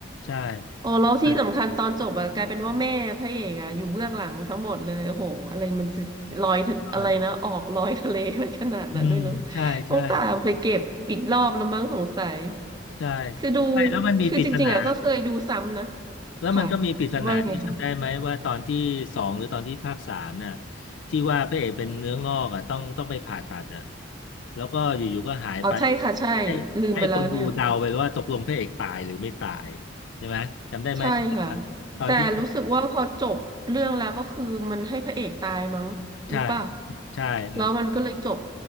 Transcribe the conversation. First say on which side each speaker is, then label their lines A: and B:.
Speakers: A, on the left; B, on the right.
A: ใช่
B: ๆ อ๋อแล้วที่สำคัญตอนจบอะกลายเป็นว่าแม่พระเอกอะอยู่เบื้องหลังทั้งหมดเลยโอ้โหอะไรมันจะลอยทะอะไรนะออกลอยทะเลไปขนาดนั้นด้วยเนาะ
A: อ่ะก็อเลยอืมใช่ใช่
B: ต้องตามไปเก็บอีกรอบแล้วมั้งสงสัย
A: ใช่
B: คือดู
A: ไม่แล้วมันมีปริศนา
B: คือจริงๆอะก็เคยดูซ้ำนะ
A: แล้วมันก็มีปริศนาที่จำได้ไหมว่าตอนที่สองหรือตอนที่ภาคสามน่ะ
B: ค่ะว่ายังไงคะ
A: ที่ว่าพระเอกเป็นเนื้องอกอ่ะต้องต้องไปผ่าตัดอ่ะแล้วก็อยู่ๆก็หายไป
B: อ๋อใช่ค่ะใช่
A: ให้ให้คนดูเดาไปว่าตกลงพระเอกตายหรือไม่ตาย
B: ลืมไปแล้วเนี่ย
A: ใช่ไหมจำได้ไหมที่ว่าตอนที่
B: ใช่ค่ะแต่รู้สึกว่าพอจบเรื่องแล้วก็คือมันให้พระเอกตายมั้งหรือเปล่า
A: ใช่ใช่มัน
B: แล้วมันก็เลยจบ